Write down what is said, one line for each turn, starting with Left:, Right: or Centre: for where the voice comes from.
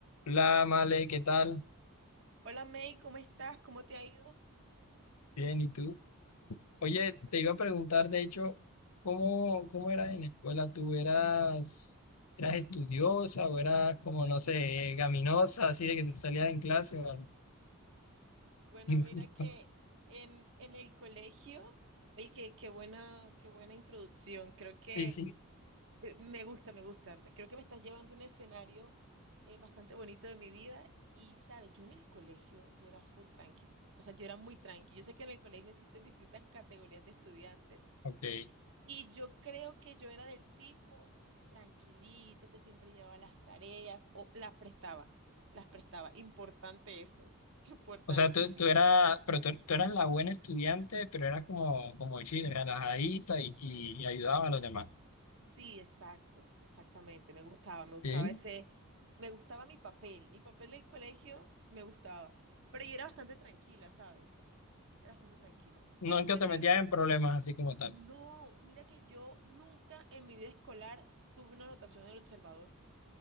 Left: Hola, Male, ¿qué tal?
Right: Hola May, ¿cómo estás? ¿Cómo te ha ido?
Left: Bien, ¿y tú?
Right: Súper,
Left: Oye,
Right: súper
Left: te
Right: bien.
Left: iba a preguntar, de hecho, ¿cómo, cómo eras en la escuela? ¿Tú eras, eras estudiosa o eras como, no sé, gaminosa, así de que te salías en clase o algo?
Right: Bueno,
Left: <laughs>
Right: mira que en, en el colegio, oye, qué, qué buena, qué buena introducción. Creo que
Left: Sí, sí,
Right: eh, me gusta, me gusta. Me- Creo que me estás llevando a un escenario eh, bastante bonito de mi vida. Y sabes, yo en el colegio, yo era full tranqui. O sea, yo era muy tranqui. Yo sé que en el colegio existen distintas categorías de estudiantes
Left: ok.
Right: Y yo creo que yo era del tipo tranquilito, que siempre llevaba las tareas o las prestaba, las prestaba. Importante eso, <laughs> importantísimo.
Left: O sea, tú, tú eras, pero tú, tú eras la buena estudiante, pero eras como, como chile, relajadita y, y, y ayudaba a los demás.
Right: Sí, exacto, exactamente. Me gustaba, me gustaba
Left: Sí.
Right: ese, me gustaba mi papel, mi papel del colegio me gustaba. Pero yo era bastante tranquila, ¿sabes? Era bastante tranquila.
Left: Nunca
Right: ¿Y tú qué
Left: te
Right: tal?
Left: metías en problemas así como tal.
Right: No, mira que yo nunca en mi vida escolar tuve una anotación del observador.